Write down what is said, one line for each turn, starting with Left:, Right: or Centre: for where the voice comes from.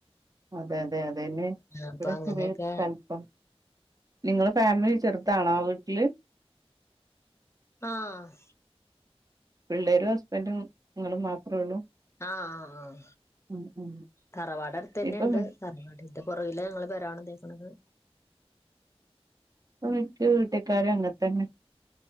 Right: അതെ അതെ അതെന്നെ
Left: അപ്പൊ
Right: ഇവിടെ
Left: അങ്ങനെയൊക്കെ
Right: ചെറിയ തണുപ്പാ നിങ്ങടെ ഫാമിലി ചെറുതാണോ ആ വീട്ടില്
Left: ആഹ്
Right: പിള്ളേരും ഹസ്ബൻഡും നിങ്ങളും മാത്രേ ഉള്ളൂ
Left: ആ ആ ആ
Right: ഉം ഉം
Left: തറവാടാടുതുതന്നെയുണ്ട്
Right: ഇപ്പൊ മി
Left: തറവാടിന്റെ പുറകില ഞങ്ങള് പെര പണിതേ <inaudible>
Right: അപ്പ മിക്ക വീട്ടിക്കാരും അങ്ങത്തന്നെ